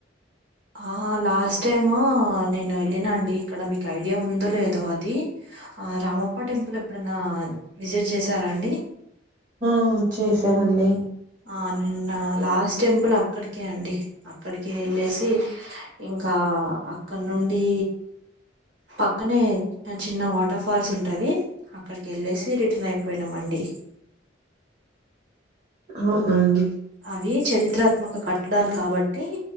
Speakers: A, on the right; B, on the right.
A: ఆ లాస్ట్ టైము నేను వెళ్ళినా అండి ఇక్కడ మీకు ఐడియా ఉందో లేదో అది ఆ రామప్ప టెంపుల్ ఎప్పుడన్న విజిట్ చేసారా అండి
B: ఆ చేసామండి
A: ఆ నిన్న లాస్ట్ టెంపుల్ అక్కడికే అండి అక్కడికి ఎళ్ళేసి ఇం కా అక్కడ నుండి పక్కనే చిన్న వాటర్ ఫాల్స్ ఉంటది అక్కడికి ఎళ్ళేసి రిటర్న్ అయిపోయినాం అండి
B: అవునా అండి
A: అవి చరిత్రాత్మక కట్టడాలు కాబట్టి